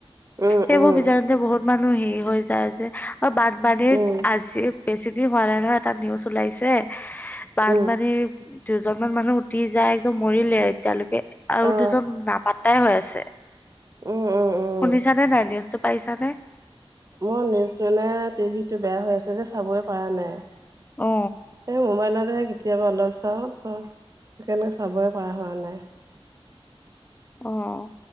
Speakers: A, on the right; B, on the left.
A: উম
B: সেইবোৰ
A: উম
B: বিজানুতে বহুত- মানুহ হেৰি হৈ যায় যে, বানপানীত
A: উম
B: আজি বেছি দিন হোৱা নাই নহয় এটা নিউজ- উলাইছে। বানপানীৰ-
A: উম
B: দুজনমান মানুহ উঠি যায় একদম মৰিলে এতিয়ালৈকে আৰু
A: অ
B: দুজন নাপাতাই হৈ আছে।
A: উম। উম উম
B: শুনিছানে নাই নিউজটো পাইছা নে?
A: মোৰ নিউজ মানে টিভিটো বেয়া হৈ আছে যে চাবই পৰা নাই।
B: অ
A: এই মমাইনা দে কি- কেতিয়াবা অলপ চাওঁ, ত সেকেনেকে চাবই পৰা হোৱা নাই।
B: অঁ।